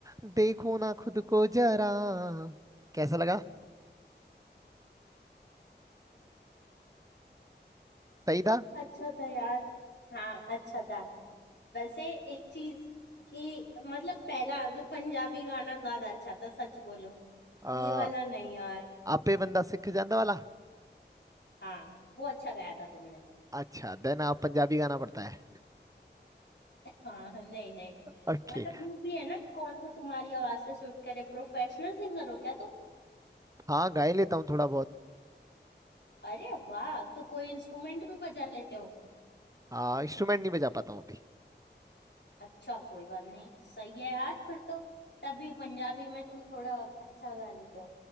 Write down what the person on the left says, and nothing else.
अच्छा था यार हाँ अच्छा था वैसे एक चीज कि मतलब पहला जो पंजाबी गाना ज्यादा अच्छा था सच बोलूं
ये वाला नहीं यार
हाँ वो अच्छा गाया था तुमने
<laughs> हाँ नहीं नहीं
मतलब वो भी है ना कौन सा तुम्हारी आवाज से सूट करे प्रोफेशनल सिंगर हो क्या तुम
अरे वाह तो कोई इंस्ट्रूमेंट भी बजा लेते हो
अच्छा कोई बात नहीं सही है यार फिर तो तभी पंजाबी में तुम थोड़ा अच्छा गा लेते हो